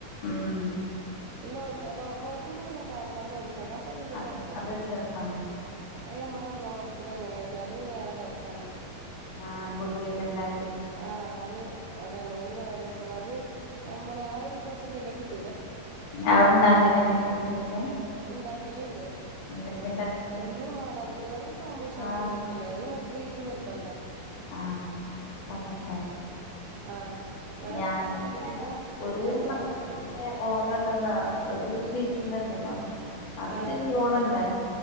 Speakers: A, on the left; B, on the right.
A: ഉം
B: പിന്നെ നോൽമ്പ് നോൽക്കുമ്പോ പിന്നെ എല്ലാരുംമ്പാടെ നോൽക്കട്ടാ അപ്പൊ പിന്നെ
A: അതെ
B: ഒര് രസാണ്
A: അതൊരു രസാണ്
B: അയ്യമ്മളെ റമളാൻ മാസത്തില് അങ്ങനേണല്ലോ അത് വേറെ രസണ്
A: ആഹ് പൊരി ഒക്കെ ഉണ്ടാ
B: ആഹ് അത് അതന്നെ അത് വേറെ രസാണ്. അത് ഞമ്മള് ആ ഒരു രസം പിന്നെ കിട്ടൂല
A: അവിടെണ്ടാക്കല് ല്ലേ പൊരിയൊക്കെ
B: ഇണ്ടാക്കല്ണ്ട്
A: എന്തക്കെ
B: എന്നും വേണം അധികേറും സമൂസന്നെ
A: ആ
B: ഇണ്ടാക്കല് അത് മുപ്പതീസും നിർബന്ധാ
A: ആഹ് സമോസയ
B: ആഹ് വേറൊന്നും
A: ഞാൻ
B: ഇല്ലെങ്കിലും
A: ഒരു
B: അത് വേണം
A: സംഭവ
B: എല്ലാർക്കും
A: ഓലോലുത്തര് ഒരു ഷീറ്റി ഇണ്ടല്ലോ അത്
B: ആഹ്
A: പിന്നെ ഓള ഇണ്ട